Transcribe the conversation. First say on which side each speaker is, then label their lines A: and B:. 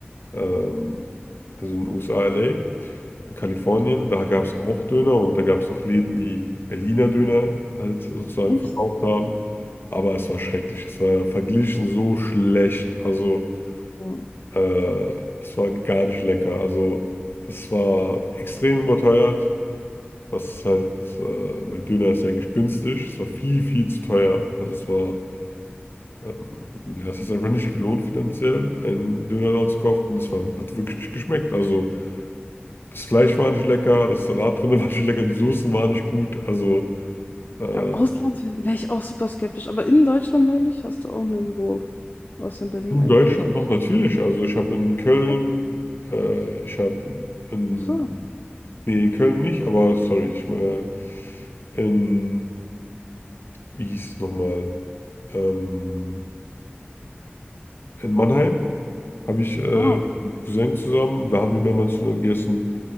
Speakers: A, on the left; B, on the left.
A: ähm, also in den USA, LA, in Kalifornien, da gab es auch Döner und da gab es auch Läden, die Berliner Döner halt sozusagen
B: Echt?
A: verkauft haben. Aber es war schrecklich, es war verglichen so schlecht, also
B: Ja.
A: äh, es war gar nicht lecker. Also es war extrem überteuert, was halt, äh, weil Döner ist ja eigentlich günstig, es war viel, viel zu teuer. Also es war ähm, ja, es hat einfach nicht gelohnt finanziell, einen Döner da zu kaufen und es war, hat wirklich nicht geschmeckt. Also das Fleisch war nicht lecker, das Salat drin <laughs> war nicht lecker, die Soßen waren nicht gut. Also äh,
B: Ja, im Ausland wäre ich auch super skeptisch, aber in Deutschland, meine ich, hast du auch nirgendwo außer in Berlin
A: in
B: eingegessen.
A: Deutschland doch natürlich. Also ich habe in Köln,
B: Ja?
A: äh, ich habe in,
B: Ach so.
A: in, nee, in Köln nicht, aber sorry, ich meine in, wie hieß es nochmal, ähm, in Mannheim habe ich äh,
B: Ah,
A: mit einem Cousin zusammen, da haben wir mehrmals Döner gegessen.